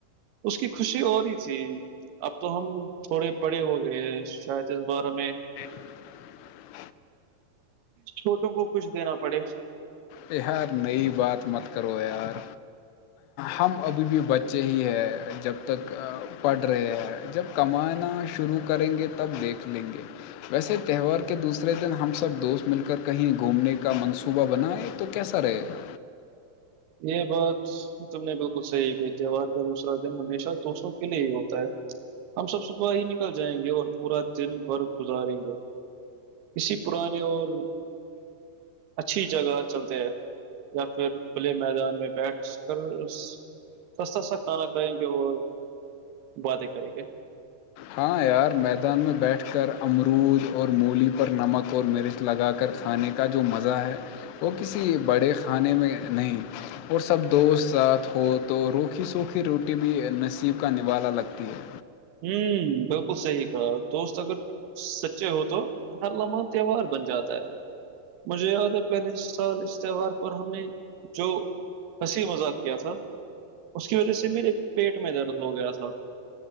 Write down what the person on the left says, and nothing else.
<inaudible>
یہ ہار نئی بات مت کرو یار ہم ابھی بھی بچے ہی ہیں جب تک پڑھ رہے ہیں جب کمانا شروع کریں گے تب دیکھ لیں گے ویسے تہوار کے دوسرے دن ہم سب دوست مل کر کہیں گھومنے کا منصوبہ بنائے تو کیسا رہے گا
ہاں یار میدان میں بیٹھ کر امرود اور مولی پر نمک اور مرچ لگا کر کھانے کا جو مزہ ہے وہ کسی بڑے کھانے میں نہیں اور سب دوست ساتھ ہو تو روکھی سوکھی روٹی بھی نصیب کا نوالا لگتی ہے